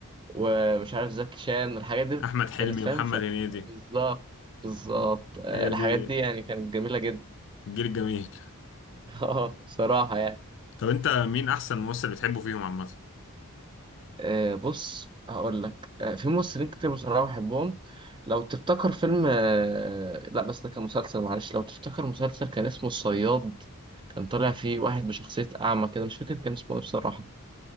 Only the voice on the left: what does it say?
احمد حلمي
ومحمد
هنيدي
هي
دي
الجيل الجميل
طب انت مين احسن ممثل بتحبه فيهم عامه